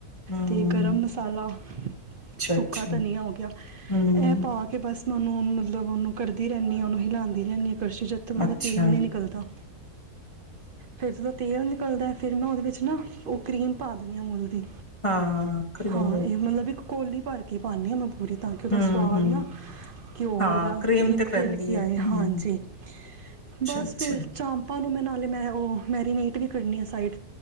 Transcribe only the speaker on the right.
ਤੇ ਗਰਮ ਮਸਾਲਾ,
ਸੁੱਕਾ ਧਨੀਆ ਹੋ ਗੇਆ
ਐ ਪਾ ਕੇ ਬਸ ਉਨੂੰ, ੳਨੂੰ ਮਤਲਬ ਉਨੂੰ ਕੜਦੀ ਰੈਨੀ ਆ ਉਨੂੰ ਹਿਲਾਂਦੀ ਰੈਂਨੀ ਆਂ। ਕਸ਼ੀ ਚ ਜੱਥ ਤਕ ਓਨਾਂ
ਦਾ ਤੇਲ ਨੀ ਨਿਕਲਦਾ ਫੇਰ ਜਦੋ ਤੇਲ ਨਿਕਲਦੈ ਫਿਰ ਮੈਂ ਓਦੇ ਵਿੱਚ ਨਾ, ਓ ਕੀ੍ਮ ਪਾ ਦਿੰਨੀ ਆਂ ਮੁੱਲ ਦੀ।
ਹਾਂ ਇਹ ਮਤਲਬ ਇੱਕ ਕੋਲੀ ਭਰ ਕੇ ਪਾੰਨੀ ਆ ਮ <unintelligible>
ਸਵਾਦ ਨਾ ਘਿਔ <unintelligible>
ਹਾਂਜੀ
ਬਸ ਫਿਰ ਚਾਪ ਓਨੂੰ ਮੈਂ ਨਾਲੇ ਮੈਂ ਓ ਮੈਰੀਨੇਟ <unintelligible> ਆ ਸਾਈੜ